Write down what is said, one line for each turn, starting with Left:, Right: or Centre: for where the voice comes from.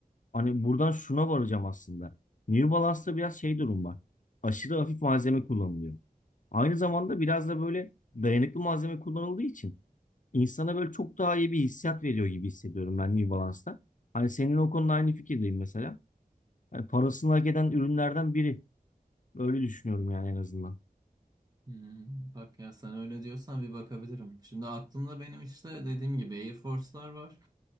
Left: Hani buradan şuna varacağım aslında. New Balance'da biraz şey durum var. Aşırı hafif malzeme kullanılıyor. Aynı zamanda biraz da böyle dayanıklı malzeme kullanıldığı için insana böyle çok daha iyi bir hissiyat veriyor gibi hissediyorum ben New Balance'ta. Hani senin o konuda aynı fikirdeyim mesela. Hani parasını hak eden ürünlerden biri. Öyle düşünüyorum yani en azından.
Right: hı Bak ya sen öyle diyorsan bir bakabilirim. Şimdi aklımda benim işte dediğim gibi Air Force'lar var.